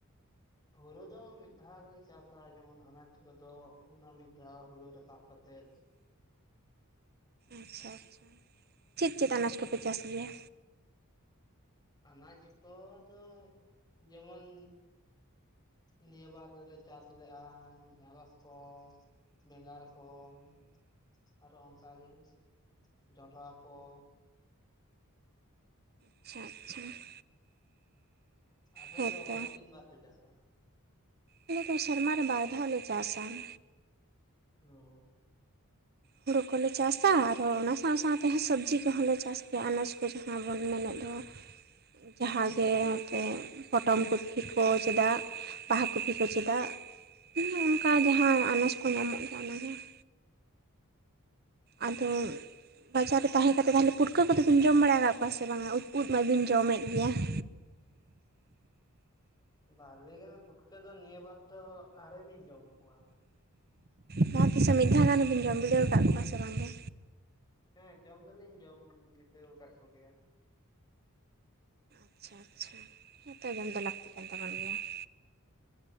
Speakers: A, on the left (about 15°); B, on the right (about 45°).
A: ᱦᱩᱨᱩ ᱫᱚ ᱢᱤᱫ ᱫᱷᱟᱣ ᱜᱮᱞᱮ ᱪᱟᱥᱟ ᱡᱮᱢᱚᱱ ᱟᱱᱟᱡ ᱠᱚᱫᱚ ᱚᱱᱟ ᱢᱤᱫ ᱫᱷᱟᱣ ᱦᱩᱨᱩ ᱨᱟᱠᱟᱵ ᱠᱟ ᱠᱟᱛᱮᱫ ᱾
B: ᱟᱪᱪᱷᱟ ᱟᱪᱪᱷᱟ ᱪᱮᱫ ᱪᱮᱫ ᱟᱱᱟᱡ ᱠᱚᱯᱮ ᱪᱟᱥ ᱜᱮᱭᱟ?
A: ᱟᱱᱟᱡ ᱠᱚ ᱫᱚ ᱡᱮᱢᱚᱱᱻ ᱱᱤᱭᱟᱹ ᱵᱟᱨ ᱫᱚᱞᱮ ᱪᱟᱥ ᱞᱮᱜᱼᱟ ᱰᱮᱸᱨᱚᱥ ᱠᱚ, ᱵᱮᱸᱜᱟᱲ ᱠᱚ ᱾ ᱟᱨᱚ ᱚᱱᱠᱟ ᱜᱮ, ᱡᱚᱱᱰᱨᱟ ᱠᱚ ᱾
B: ᱟᱪᱪᱷᱟ, ᱟᱪᱪᱷᱟ ᱾
A: ᱟᱯᱮ
B: ᱦᱮᱸᱛᱚ
A: ᱫᱚ ᱛᱤᱱ ᱵᱟᱨ ᱯᱮ ᱪᱟᱥᱟ?
B: ᱟᱞᱮ ᱫᱚ ᱥᱮᱨᱢᱟ ᱨᱮ ᱵᱟᱨ ᱫᱷᱟᱣᱞᱮ ᱪᱟᱥᱟ ᱾
A: ᱚ ᱾
B: ᱦᱩᱲᱩ ᱠᱚᱞᱮ ᱪᱟᱥᱟ, ᱟᱨᱦᱚᱸ ᱚᱱᱟ ᱥᱟᱶ ᱥᱟᱶᱛᱮ ᱦᱚᱸ ᱥᱚᱵᱽᱡᱤ ᱠᱚᱦᱚᱸᱞᱮ ᱪᱟᱥ ᱜᱮᱭᱟ ᱟᱱᱟᱡᱽ ᱠᱚ ᱡᱟᱦᱟᱸ ᱵᱚᱱ ᱢᱮᱱᱮᱫ ᱫᱚ ᱾ ᱡᱟᱦᱟᱸ
A: ᱦᱩᱸ
B: ᱜᱮ ᱥᱮ ᱯᱚᱴᱚᱢ ᱠᱚᱯᱤ ᱠᱚ ᱪᱮᱫᱟᱜ ᱵᱟᱦᱟ ᱠᱚᱯᱤ ᱠᱚ ᱪᱮᱫᱟᱜ ᱦᱩᱸ ᱚᱱᱠᱟ ᱜᱮ ᱦᱟᱸᱜ ᱟᱱᱟᱪᱽ ᱠᱚ ᱧᱟᱢᱚᱜ ᱜᱮᱭᱟ ᱚᱱᱟᱜᱮ ᱾ ᱟᱫᱚ ᱵᱟᱡᱟᱨ ᱨᱮ ᱛᱟᱦᱮᱸ ᱠᱟᱛᱮ ᱛᱟᱦᱚᱞᱮ ᱯᱩᱴᱠᱟᱹ ᱠᱚᱫᱚᱵᱮᱱ ᱡᱚᱢ ᱵᱟᱲᱟᱣ ᱠᱟᱜ ᱠᱚᱣᱟ ᱥᱮ ᱵᱟᱝᱟ? ᱩᱫ ᱩᱫ ᱢᱟᱵᱤᱱ ᱡᱚᱢᱮᱜ ᱜᱮᱭᱟ ᱾
A: ᱵᱟ ᱞᱮᱭ ᱜᱟᱱᱚᱜᱼᱟ ᱯᱩᱴᱠᱟᱹ ᱫᱚ ᱱᱤᱭᱟᱹ ᱵᱟᱨ ᱫᱚ ᱟᱣᱨᱤᱞᱤᱧ ᱡᱚᱢ ᱠᱚᱣᱟ ᱾
B: ᱡᱟᱦᱟᱸ ᱛᱤᱥᱚᱜ ᱢᱤᱫ ᱫᱷᱟᱣ ᱜᱟᱱᱵᱤᱱ ᱡᱚᱢ ᱵᱤᱰᱟᱹᱣ ᱟᱠᱟᱜ ᱠᱚᱣᱟ ᱥᱮ ᱵᱟᱝᱜᱮ?
A: ᱦᱮᱸ, ᱡᱚᱢ ᱫᱚᱞᱤᱧ ᱡᱚᱢ ᱵᱤᱰᱟᱹᱣ ᱠᱟᱫ ᱠᱚᱜᱮᱭᱟ ᱾
B: ᱟᱪᱪᱷᱟ ᱟᱪᱪᱷᱟ, ᱦᱮᱸᱛᱚ ᱡᱚᱢ ᱫᱚ ᱞᱟᱹᱠᱛᱤ ᱠᱟᱱ ᱛᱟᱵᱚᱱ ᱜᱮᱭᱟ ᱾